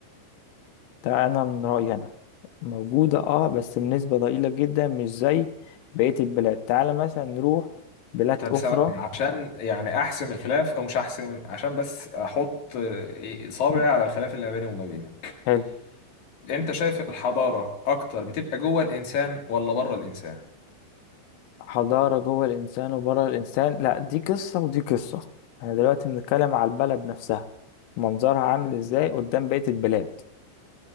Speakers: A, on the left (about 80°); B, on the left (about 55°).
A: ده انا من رأيي انا موجودة اه بس بنسبة ضئيلة جدا مش زي بقية البلاد تعالى مثلا نروح بلاد
B: طب
A: اخرى
B: ثواني عشان يعني احسم الخلاف او مش احسم عشان بس احط آه، صابعي
A: م-
B: على الخلاف اللي ما بيني وما بينك
A: حلو
B: انت شايف الحضارة اكتر بتبقى جوه الانسان ولا بره الانسان
A: حضارة جوه الانسان وبره الانسان لا دي قصة ودي قصة انا دلوقتي بنتكلم على البلد نفسها منظرها عامل ازاي قدام بقية البلاد